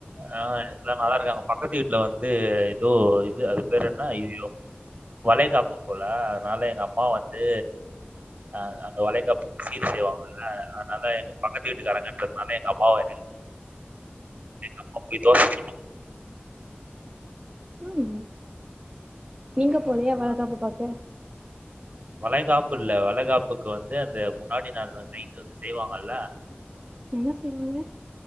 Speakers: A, on the right (about 35°); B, on the right (about 20°).
A: ஆ எல்லா நல்லா இருக்காங்க பக்கத்து வீட்ல வந்து ஏதோ இது அது பேரு என்னா ஐய்யய்யோ வளைகாப்பு போல அதனால எங்க அம்மா வந்து அ அந்த வலைகாப்புக்கு சீர் செய்வாங்கல்ல அதனால எங்க பக்கத்து வீட்டுக்காரங்கன்றதுனால எங்க அம்மாவ ஹெல்ப் எங்கம்மா போய் <unintelligible>
B: ம் நீங்க போலயா
A: இருந்தாங்க.
B: வளகாப்பு பாக்க
A: வளைகாப்பு இல்ல வளகாப்புக்கு வந்து அந்த முன்னாடி நாள் வந்து இங்க வந்து செய்வாங்கல்ல
B: என்ன செய்வாங்க